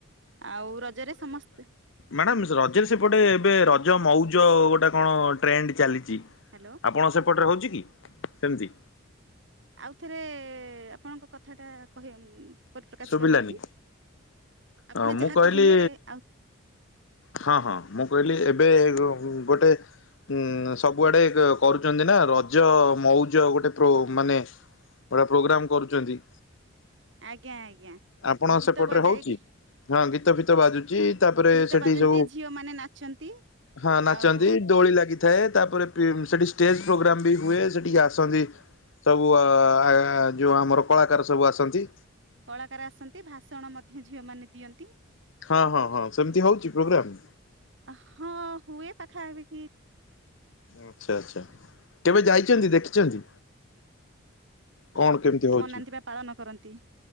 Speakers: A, on the right; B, on the left.
A: ଆଉ ରଜରେ ସମସ୍ତେ
B: ମ୍ୟାଡ଼ାାମ ରଜରେ ସେପଟେ ଏବେ ରଜ ମଉଜ ଗୋଟେ କଣ ଟ୍ରେଣ୍ଡ ଚାଲିଛି।
A: ହ୍ୟାଲୋ
B: ଆପଣ ସେପଟରେ ହଉଛି କି ସେମିତି?
A: ଆଉଥରେ ଆପଣଙ୍କ କଥା ଟା କହିବେ ଉଁ ପ୍ରକାଶ
B: ଶୁଭିଲାନି
A: କରିବେ କି ଆପଣ
B: ହଁ ମୁଁ
A: ଯାହା
B: କହିଲି
A: କହିଲେ ଆଉ
B: ହଁ ହଁ ମୁଁ କହିଲି ଏବେ ଗୋଟେ ଉଁ ସବୁଆଡେ କରୁଛନ୍ତି ନା ରଜ ମଉଜ ଗୋଟେ ପ୍ରୋ ମାନେ ବଢିଆ ପ୍ରୋଗ୍ରାମ କରୁଛନ୍ତି।
A: ଆଜ୍ଞା ଆଜ୍ଞା।
B: ଆପଣ
A: ଗୀତ
B: ସେପଟରେ
A: ବଜାଇକି
B: ହଉଛି? ହଁ ଗୀତ ଫିତ ବାଜୁଛି ତାପରେ
A: ଗୀତ
B: ସେଠି
A: ବାଜନ୍ତି
B: ସବୁ
A: ଝିଅ ମାନେ ନାଚନ୍ତି।
B: ହଁ ନାଚନ୍ତି
A: ଆଉ
B: ଦୋଳି ଲାଗି ଥାଏ ତାପରେ ପି ସେଇଠି ଷ୍ଟେଜ୍ ପ୍ରୋଗ୍ରାମ ବି ହୁଏ ସେଠିକି ଆସନ୍ତି। ସବୁ ଆ ଯେଉଁ ଆମର କଳାକାର ସବୁ ଆସନ୍ତି।
A: କଳାକାର ଆସନ୍ତି ଭାଷଣ ମଧ୍ୟ ଝିଅ ମାନେ ଦିଅନ୍ତି।
B: ହଁ ହଁ ହଁ ସେମିତି ହଉଛି ପ୍ରୋଗ୍ରାମ?
A: ହଁ ହୁଏ ପାଖାପାଖି।
B: ଆଚ୍ଛା ଆଚ୍ଛା। କେବେ ଯାଇଛନ୍ତି ଦେଖିଛନ୍ତି? କଣ କେମିତି ହଉଛି?
A: ମନାନ୍ତି ବା ପାଳନ କରନ୍ତି